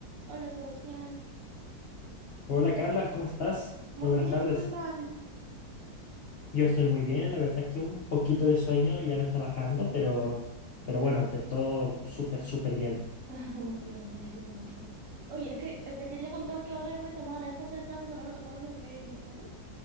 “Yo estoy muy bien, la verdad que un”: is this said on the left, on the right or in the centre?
Left